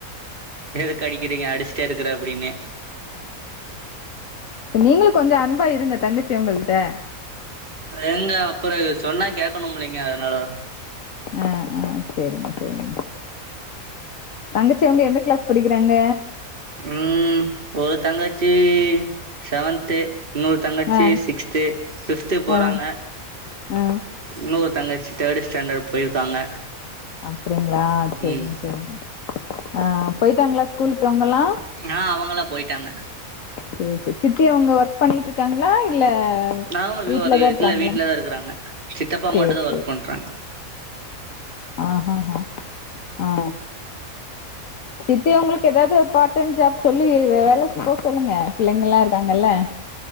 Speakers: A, on the right; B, on the left.
A: எதுக்கு அடிக்கிறீங்க அடிச்சிட்டே இருக்கற அப்டின்னு
B: சேர் நீங்களு கொஞ்சோ அன்பா இருங்க தங்கச்சி அவுங்கள்ட
A: எங்க அப்புறோ சொன்னா கேட்கணும்லைங்க அதனால
B: அ அ செரிங்க செரிங்க தங்கச்சி அவுங்க எந்த கிளாஸ் படிக்கிறாங்க
A: ம் ஒரு தங்காச்சி செவன்து இன்னொரு தங்கச்சி
B: ஆ
A: சிக்ஸ்த்து ஃபிப்த்து போறாங்க
B: ஆ ஆ
A: உன்னொரு தங்கச்சி தேர்டு ஸ்டாண்டர்ட் போயிருக்காங்க
B: அப்டிங்களா செரிங்க
A: ம்
B: செரிங்க ஆ போயிட்டாங்களா ஸ்கூலுக்கு அவங்கல்லா
A: ஆ அவுங்களா போயிட்டாங்க
B: செரி செரி சித்தி அவுங்க ஒர்க் பண்ணிட்டு இருக்காங்களா இல் ல
A: அவங்க
B: வீட்டுலதா
A: ஒரு
B: இருக்காங்களா
A: இதுல வீட்லதா இருக்கறாங்க சித்தப்பா
B: செரி
A: மட்டுந்தா
B: செரி
A: ஒர்க் பண்றாங்க
B: அ அ ஆ அ சித்தி அவுங்களுக்கு ஏதாது ஒரு பார்ட் டைம் ஜாப் சொல்லி வேலைக்கு போ சொல்லுங்க பிள்ளைங்கல்லா இருக்காங்கல்ல